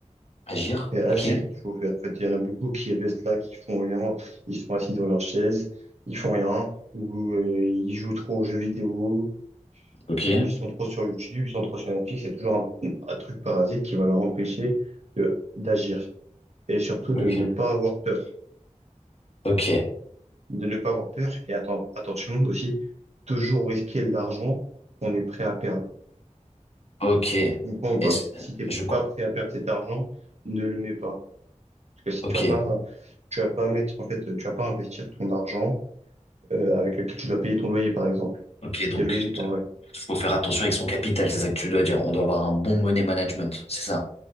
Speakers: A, on the left; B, on the right.
A: Agir?
B: C'est agir
A: Ok?
B: qu'il faut faire. En fait, il y en a beaucoup qui restent là, qui font rien, ils sont assis dans leur chaise, ils font rien, ou, euh, ils jouent trop aux jeux vidéo
A: Ok?
B: ou ils sont trop sur YouTube, ils sont trop sur Netflix, c'est toujours un, un truc parasite qui va leur empêcher de d'agir et surtout
A: Ok?
B: de ne pas avoir peur,
A: Ok?
B: de ne pas avoir peur et atten- attention aussi toujours risquer l'argent qu'on est prêt à perdre.
A: Ok?
B: Tu comprends ou pas?
A: Est-ce,
B: Si t'es
A: je,
B: pas prêt à perdre cet argent, ne le mets pas parce que si
A: ok?
B: tu vas pas tu vas pas mettre en fait tu vas pas investir ton argent euh, avec lequel tu dois payer ton loyer par exemple,
A: Ok,
B: ce
A: donc,
B: qui est logique en vrai.
A: faut faire attention avec son capital, c'est ça que tu dois dire. On doit avoir un bon money management, c'est ça?